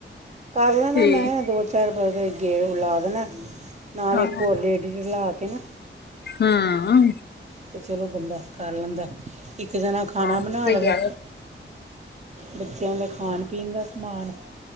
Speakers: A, on the right; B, on the left.
A: ਕਰਲੈ ਨਾ
B: ਤੇ
A: ਮੈਂ, ਦੋ ਚਾਰ ਪਾਸੇ ਗੇ, ਓ ਲਾ ਦੇਣਾ, ਨਾਲ
B: ਹਾਂ
A: ਇੱਕ ਹੋਰ ਲੇਡੀਜ਼ ਰਲਾਕੇ ਨਾ
B: ਹਾਂ
A: ਤੇ ਚਲੋ ਬੰਦਾ ਕਰ ਲੈਂਦਾ, ਇੱਕ ਜਣਾ ਖਾਣਾ
B: ਸਹੀ
A: ਬਣਾ ਲਵੇ।
B: ਗੱਲ
A: ਬੱਚਿਆਂ ਦਾ ਖਾਣ-ਪੀਣ ਦਾ ਸਮਾਨ।